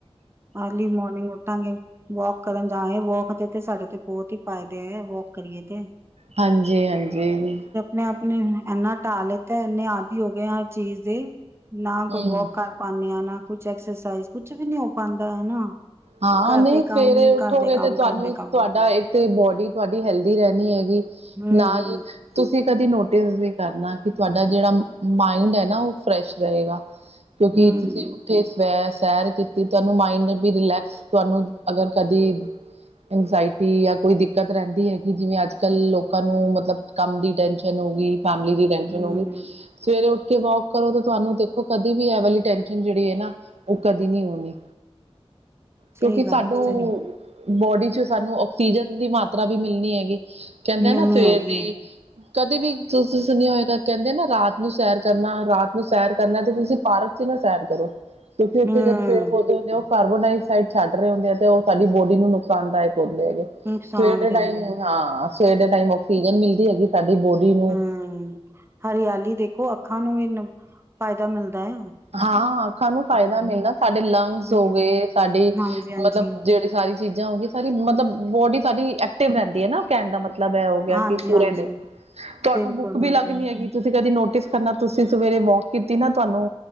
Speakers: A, on the right (about 25°); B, on the right (about 85°).
A: ਅਰਲੀ ਮੋਰਨਿੰਗ ਉੱਠਾਂਗੇ, ਵੋਕ ਕਰਨ ਜਾ ਵੋਕ ਤੇ ਸਾਡੇ ਤੇ ਬਹੁਤ ਹੀ ਫ਼ਾਇਦੇ ਐ, ਵੋਕ ਕਰੀਏ ਤੇ।
B: ਹਾਂਜੀ- ਹਾਂਜੀ।
A: ਨੇ ਆਪਣੀ ਇਨਾ ਢਾਹ ਲਿੱਤਾ ਇੰਨੇ ਆਦਿ ਹੋ ਗਏ ਹਰ ਚੀਜ਼ ਦੇ, ਨਾ
B: ਹਮ
A: ਕੋਈ ਵੋਕ ਕਰ ਮੰਨਿਆ ਨਾ, ਕੁਝ ਐਕਸਰਸਾਈਜ਼ ਕੁਝ ਵੀ ਨਹੀਂ ਹੋ ਪਾਂਦਾ ਨਾ ਹੈ ਨਾ।
B: ਹਾਂ,
A: ਘਰ
B: ਨਹੀਂ
A: ਦੇ ਕੰਮ
B: ਸਵੇਰੇ
A: ਹੀ
B: ਉੱਠੋਗੇ
A: ਘਰ ਦੇ ਕੰਮ
B: ਤੇ ਤੁਹਾਨੂੰ
A: ਕਰਦੇ ਕੰਮ
B: ਤੁਹਾਡਾ ਇੱਕ ਤੇ ਬੋਡੀ ਤੁਹਾਡੀ ਹੈਲਦੀ ਰਹਿਣੀ ਹੈਗੀ।
A: ਹੂ-
B: ਨਾਲ
A: ਹੂ
B: ਤੁਸੀਂ ਕਦੇ ਨੋਟਿਸ ਵੀ ਕਰਨਾ ਕਿ, ਤੁਹਾਡਾ ਜਿਹੜਾ ਮਾਇੰਡ ਹੈ ਨਾ ਉਹ ਫਰੈਸ਼ ਰਹੇਗਾ। ਕਿਉਂਕਿ
A: ਹਮ
B: ਤੁਸੀਂ ਉੱਠੇ ਸਵੈ ਸੈਰ ਕੀਤੀ ਤੁਹਾਨੂੰ ਮਾਇੰਡ ਵੀ ਰਿਲੈਕਸ ਤੁਹਾਨੂੰ ਅਗਰ ਕਦੇ ਇੰਗਜ਼ਾਇਟੀ ਜਾਂ ਕੋਈ ਦਿੱਕਤ ਰਹਿੰਦੀ ਹੈਗੀ ਜਿਵੇਂ ਅੱਜ ਕੱਲ੍ਹ ਲੋਕਾਂ ਨੂੰ ਮਤਲਬ ਕੰਮ ਦੀ ਟੈਂਨਸ਼ਨ ਹੋ ਗਈ। ਫੈਮਲੀ ਦੀ ਟੈਂਸ਼ਨ
A: ਹਮ
B: ਹੋ ਗਈ। ਸਵੇਰੇ ਉਠ ਕਿ ਵੋਕ ਕਰੋ ਤਾਂ ਤੁਹਾਨੂੰ ਦੇਖੋ ਕਦੇ ਵੀ ਇਹ ਵਾਲੀ ਟੈਨਸ਼ਨ ਜਿਹੜੀ ਹੈ ਨਾ, ਉਹ ਕਦੇ ਨਹੀ ਹੋਣੀ। ਕਿਉਂਕਿ
A: ਸਹੀ ਗੱਲ
B: ਸਾਨੂੰ
A: ਹੈ, ਸਹੀ ਗੱਲ
B: ਬੋਡੀ ਚ' ਸਾਨੂੰ ਆਕਸੀਜਨ ਦੀ ਮਾਤਰਾ ਵੀ ਮਿਲਣੀ ਹੈਗੀ। ਕਹਿੰਦੇ
A: ਮਿਲਣੀ
B: ਨਾ ਸਵੇਰ
A: ਹੈਗੀ
B: ਦੀ
A: ਹੈ
B: ਕਦੇ ਵੀ ਤੁਸੀਂ ਸੁਣਿਆ ਹੋਏਗਾ ਕਹਿੰਦੇ ਨਾ ਰਾਤ ਨੂੰ ਸੈਰ ਕਰਨਾ, ਰਾਤ ਨੂੰ ਸੈਰ ਕਰਨਾ ਤੇ ਤੁਸੀਂ ਪਾਰਕ ਨੂੰ ਸੈਰ ਕਰੋ। ਕਿਉਂਕਿ ਉੱਥੇ
A: ਹਮ
B: ਜਦ ਪੇੜ -ਪੋਦੇ ਹੁੰਦੇ ਉਹ ਕਾਰਬੋ ਡਕ ਸਡ ਛੱਡ ਰਹੇ ਹੁੰਦੇ ਆ ਤੇ ਉਹ ਸਾਡੀ ਬੋਡੀ ਨੂੰ ਨੁਕਸਾਨਦਾਇਕ ਹੁੰਦੇ ਹੈਗੇ।
A: ਨੁਕਸਾਨ
B: ਸਵੇਰ ਦੇ
A: ਦਿੰਦੇ
B: ਟਾਈਮ, ਹਾਂ। ਸਵੇਰ ਦੇ ਟਾਈਮ ਆਕਸੀਜਨ ਮਿਲਦੀ ਹੈਗੀ ਸਾਡੀ ਬੋਡੀ ਨੂੰ।
A: ਹਮ। ਹਰਿਆਲੀ ਦੇਖੋ ਅੱਖਾਂ ਨੂੰ ਵੀ ਫਾਇਦਾ ਮਿਲਦਾ ਹੈ।
B: ਹਾਂ। ਅੱਖਾਂ ਨੂੰ ਫ਼ਾਇਦਾ ਮਿਲਦਾ ਸਾਡੇ ਲੰਗਸ
A: ਹੂੰ,
B: ਹੋ ਗਏ, ਸਾਡੀ
A: ਹਾਂਜੀ-ਹਾਂਜੀ,
B: ਮਤਲਬ ਜਿੇ ਸਾਰੀ ਚੀਜ਼ਾਂ ਹੋ ਗਈ ਸਾਰੀ ਮਤਲਬ ਬੋਡੀ ਸਾਡੀ ਐਕਟਿਵ ਰਹਿੰਦੀ ਹੈ ਨਾ। ਕਹਿਣ ਦਾ ਮਤਲਬ ਇਹ ਹੋ ਗਿਆ
A: ਹਾਂਜੀ-ਹਾਂਜੀ,
B: ਕਿ ਪੂਰੇ ਦੇ, ਤੁਹਾਨੂੰ
A: ਬਿਲਕੁਲ-ਬਿਲਕੁਲ।
B: ਬੁਕ ਵੀ ਲੱਗ ਨੀ ਹੈਗੀ, ਤੁਸੀਂ ਕਦੀ ਨੋਟਿਸ ਕਰਨਾ ਤੁਸੀਂ ਸਵੇਰੇ ਵੋਕ ਕੀਤੀ ਨਾ ਤੁਹਾਨੂੰ